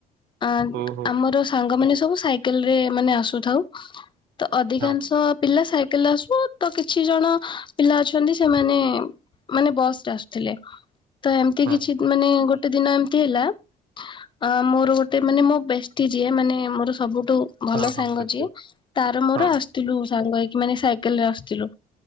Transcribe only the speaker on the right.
ଓହୋ
ହଁ
ହଁ
ହଁ ହଁ
ବୁଝିଲି
ହଁ